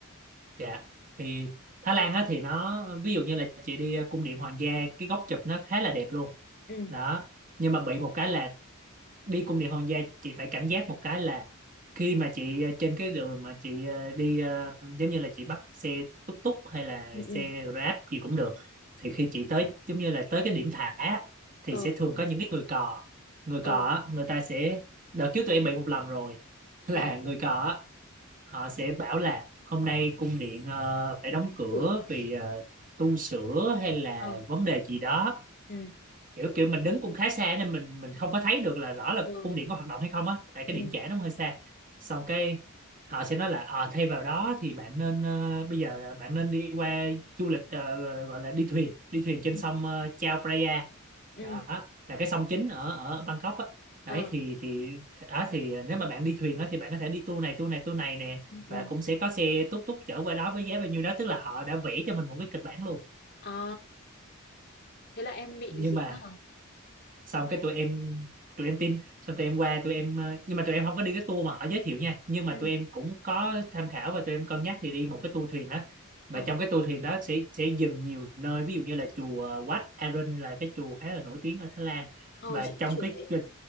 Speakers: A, on the right; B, on the left.
A: dạ thì Thái Lan á, thì nó ví dụ như là chị đi ờ, cung điện hoàng gia cái góc chụp nó khá là đẹp luôn
B: Ừ.
A: đó nhưng mà bị một cái là đi cung điện hoàng gia chị phải cảnh giác một cái là khi mà chị ờ, trên cái đường mà chị ờ, đi ờ, giống như là chị bắt xe túc túc hay là
B: Ừ ừ.
A: xe Grab gì cũng được thì khi chị tới giống như là tới cái điểm thả á, thì
B: Ờ,
A: sẽ thường có những cái người cò người
B: ờ,
A: cò á, người ta sẽ đợt trước tụi em bị một lần rồi <laughs> là
B: thế đó.
A: người cò á, họ sẽ bảo là hôm nay cung điện ờ, phải đóng cửa
B: cửa.
A: vì ờ, tu sửa hay là
B: Ờ.
A: vấn đề gì đó
B: Ừ.
A: kiểu kiểu mình đứng cũng khá xa nên mình mình không có thấy được là rõ là
B: Ờ.
A: cung điện có hoạt động hay không á tại cái
B: Ừ.
A: điểm chạm nó hơi xa xong cái họ sẽ nói là ờ thay vào đó thì bạn nên ờ, bây giờ là bạn nên đi qua du lịch ờ, gọi là đi thuyền đi thuyền trên
B: Ừ.
A: sông ờ, Chao Phraya
B: Ừ.
A: đó là cái sông chính ở ở Bangkok á
B: Ờ.
A: đấy thì thì đó thì nếu mà bạn đi thuyền á thì bạn có thể đi tour này tour này tour này nè
B: Ừ.
A: và
B: ừ.
A: cũng sẽ có xe túc túc chở qua đó với giá bao nhiêu đó tức là họ đã vẽ cho mình một cái kịch bản luôn
B: À, thế là em bị
A: nhưng
B: dính
A: mà
B: à?
A: xong cái tụi em tụi em tin xong tụi em qua tụi em ờ, nhưng mà tụi em không có đi cái tour mà họ giới thiệu nha nhưng mà
B: Ừ.
A: tụi em cũng có tham khảo và tụi em cân nhắc thì đi một cái tour thuyền đó
B: Ờ.
A: mà trong cái tour thuyền đó sẽ sẽ dừng nhiều nơi ví dụ như là chùa ờ, Wat Arun là cái chùa khá là nổi tiếng ở Thái Lan
B: Ờ,
A: và
B: chị biết
A: trong
B: chuột
A: cái
B: đấy.
A: lịch